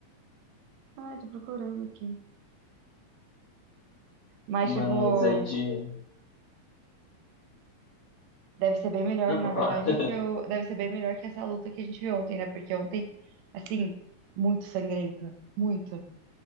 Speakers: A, on the right; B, on the left.
A: Ai, tô procurando aqui. Mas,
B: Mas
A: tipo,
B: aí de.
A: deve ser bem melhor,
B: Não,
A: na
B: pra
A: verdade,
B: falar. <laughs>
A: é que eu. Deve ser bem melhor que essa luta que a gente viu ontem, né? Porque ontem, assim, muito sangrenta. Muito.